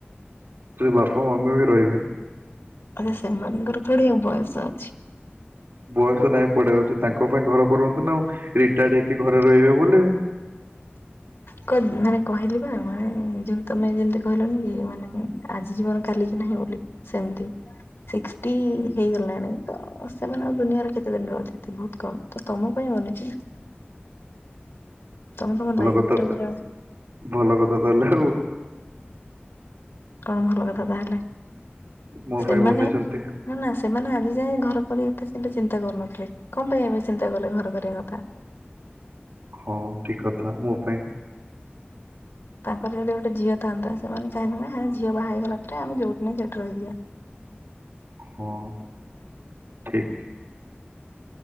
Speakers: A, on the right; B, on the left.
A: ସେ ବାପା ମମି ବି ରହିବେ।
B: ଆରେ ସେମାନଙ୍କର ଥୁଡି ଆଉ ବୟସ ଅଛି।
A: ବୟସ ନାଇଁ ପଡି ରହୁଚି। ତାଙ୍କ ପାଇଁ ଘର କରନ୍ତି ନା ଆଉ ରିଟାୟାର୍ଡ ହେଇକି ଘରେ ରହିବେ ବୋଲି।
B: କ ମାନେ କହିଲି ବା ମାନେ ଯଉ ତମେ ଯେମିତି କହିଲନି କି ମାନେ ଆଜି ଜୀବନ କାଲି କି ନାହିଁ ବୋଲି ସେମିତି। ସିକ୍ସଟି ହେଇଗଲାଣି ତ ସେମାନେ ଆଉ ଦୁନିଆରେ କେତେ ଦିନର ଅତିଥି ବହୁତ କମ। ତ ତମ ପାଇଁ ବନିଚି ନା? ତମେ ତମ
A: ଭଲ
B: ଲାଇଫ
A: କଥା
B: ଟା
A: ତ
B: ପୁରା
A: ଭଲ କଥା ତାହେଲେ ଆଉ।
B: କଣ ଭଲ କଥା ତାହେଲେ।
A: ମୋ
B: ସେମାନେ
A: ପାଇଁ ବନେଇଛନ୍ତି
B: ନା ନା ସେମାନେ ଆଜି ଯାଇ ଘର କରିବା କଥା କେବେ ଚିନ୍ତା କରୁନଥିଲେ। କଣ ପାଇଁ ଏବେ ଚିନ୍ତା କଲେ ଘର କରିବା କଥା।
A: ହଁ ଠିକ କଥା ମୋ ପାଇଁ।
B: ତାଙ୍କର ଯଦି ଗୋଟେ ଝିଅ ଥାନ୍ତା ସେମାନେ ଚାହିବେନା ହଁ ଝିଅ ବାହା ହେଇଗଲା ପରେ ଆମେ ଯୋଉଠି ନାଇ ସେଠି ରହିଯିବା।
A: ହଁ ଠିକ।